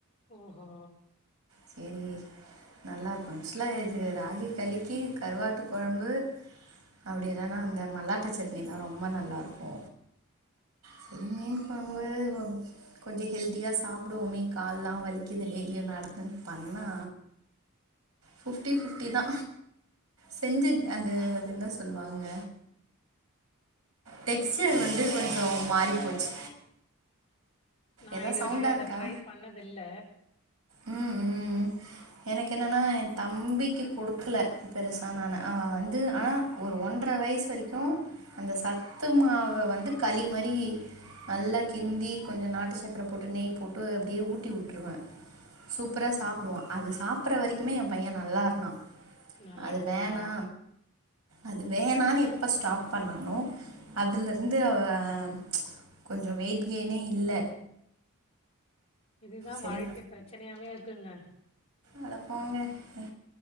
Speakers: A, on the left; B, on the right.
A: ஓஹோ
B: சேரி நல்லாருக்கூ சுலா இது ராகி களிக்கி கருவாட்டு கொழம்பு அப்டி இல்லன்னா அந்த மல்லாட்ட சட்னி தா ரொம்ப நல்லாருக்கூ செரி மீன் கொழம்பு வெப் கொஞ்சோ ஹெல்தியா சாப்டுவோமே கால்லா வலிக்குலே டெய்லியு நடந்து பண்ணா ஃபிப்டி ஃபிப்டி தா செஞ்சத் அந்த அது என்ன சொல்லுவாங்க டெக்சியர் வந்து கொஞ்சோ மாறி போச்சு
A: நா
B: ஏதா
A: இது
B: சவுண்டாக
A: வரைக்கு அத
B: இருக்கா
A: ட்ரை பண்ணது இல்ல
B: ம் ம் எனக்கு என்னன்னா என் தம்பிக்கு குடுக்கல பெருசா நானு அவன் வந்து ஆனா ஒரு ஒன்ரை வயசு வரைக்கும் அந்த சத்துமாவ வந்து களி மாறி நல்லா கிண்டி கொஞ்சோ நாட்டு சக்கர போட்டு நெய் போட்டு அப்டியே ஊட்டி உட்டுருவ சூப்பரா சாப்புடுவா அது சாப்பற்ற வரைக்குமே என் பையன் நல்லா இருந்தா
A: நல்லது
B: அது வேணா
A: ஆமா
B: அது வேணான்னு எப்ப ஸ்டாப் பண்ணானோ அதுல இருந்து அவன் கொஞ்சோ வெயிட் கேயினே இல்ல
A: இதுதா
B: சரி
A: வாழ்க்கை பிரச்சனையாவே இருக்குங்க
B: அட போங்க அ